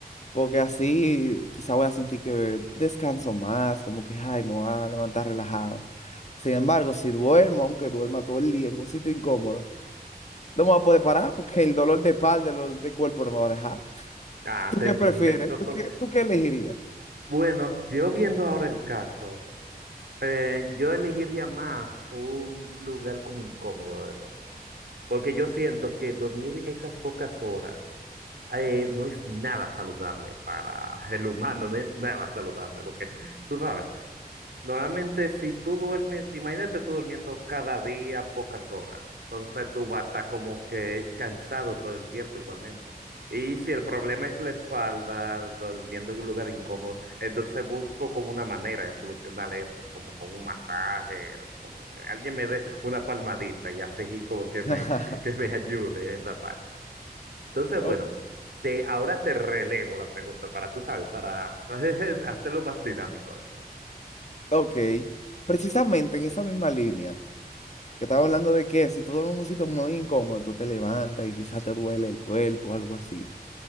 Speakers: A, on the left (about 45°); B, on the right (about 80°).
A: porque así quizá voy a sentir que descanso más, como que, ay, me voy a levantar relajado. Sin embargo, si duermo, aunque duerma todo el día en un sitio incómodo, no me voy a poder parar porque el dolor de espalda, el dolor de cuerpo no me va a dejar.
B: Ah,
A: ¿Tú
B: te
A: qué
B: <laughs> entiendo.
A: prefieres? ¿Tú qué, tú qué elegirías?
B: Bueno, yo viendo ahora el caso, eh, yo elegiría más un lugar como incómodo de dormir, porque yo siento que dormir esas pocas horas eh, no es nada saludable para el humano, no es nada saludable, porque tú sabes, Normalmente, si tú duermes, imagínate tú durmiendo cada día pocas horas. Entonces tú vas a estar como que cansado todo el tiempo igualmente. Y si el problema es la espalda, durmiendo en un lugar incómodo, entonces busco como una manera de solucionar eso, como con un masaje, como que alguien me dé una palmadita y así como que me,
A: <laughs>
B: <laughs> que me ayude esa parte. Entonces, bueno,
A: Ok,
B: te, ahora te relevo la pregunta para, tú sabes, para <laughs> hacerlo más dinámico esto.
A: Ok, precisamente en esa misma línea, que estaba hablando de que si tú duermes en un sitio muy incómodo, tú te levantas y quizás te duele el cuerpo o algo así.